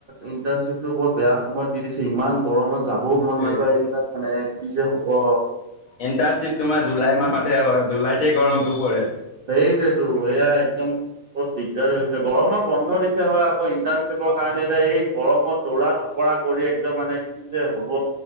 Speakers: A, on the right (about 65°); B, on the left (about 70°).
A: ইণ্টাৰ্ণশ্বিপতটো বহুত বেয়া সময়ত দি দিছে ইমান। গৰমত যাবও
B: সেইটোৱে
A: মন নাযায় এইবিলাক মানে কি যে হ'ব।
B: ইণ্টাৰণশ্বিপ তোমাৰ জুলাই মাহত হয় জুলাইতে গৰমটো পৰে।
A: সেইটোৱেয়তো এয়া একদম। দিগদাৰ হৈছে, গৰমৰ বন্ধ দিছে হয় আকৌ ইণ্টাৰ্ণশ্বিপৰ কাৰণে এতিয়া এই গৰমত দৌৰা কৰা কৰি। একদম মানে কি যে হ'ব।